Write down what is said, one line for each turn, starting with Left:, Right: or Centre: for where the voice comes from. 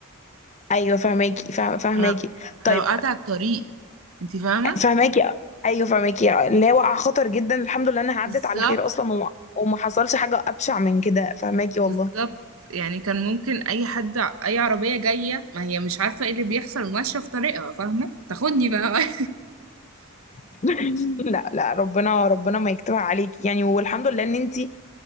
Left: ايوه فهماكي فا- فهماكي
Right: أنا
Left: طيب
Right: أنا وقعت على الطريق أنت فاهمة؟
Left: فهماكي ايوه فهماكي اللي هي وقع خطر جدا الحمد لله انها عدت
Right: بالظبط
Left: على خير اصلا وما, وما حصلش حاجه ابشع من كده فهماكي
Right: بالظبط
Left: والله
Right: يعني كان ممكن أي حد أي عربية جاية ما هي مش عارفة إيه اللي بيحصل وماشية في طريقها فاهمة؟ تاخدني بقى
Left: <laughs> لا لا ربنا ربنا ما يكتبها عليكي يعني والحمد لله ان انتي